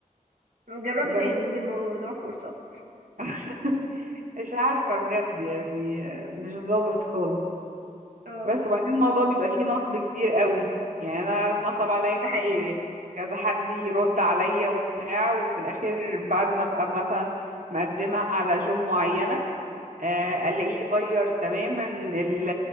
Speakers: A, on the right; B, on the right.
A: جربي
B: بس
A: تاني ادي الموضوع فرصة
B: <laughs> مش عارفة بجد يعني آه، مش ظابط خالص
A: اه
B: بس وبعدين الموضوع بيبقى فيه نصب كتير قوي يعني انا اتنصب عليا كتير
A: ده حقيقي
B: يعني كذا حد يرد عليا وبتاع وفي الاخر بعد ما ابقى مثلا مقدمة على جوب معينة آه، الاقيه يغير تماما ال-